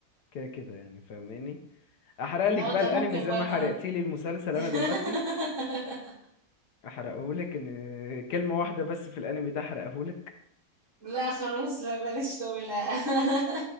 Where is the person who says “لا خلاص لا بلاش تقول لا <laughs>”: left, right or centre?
Right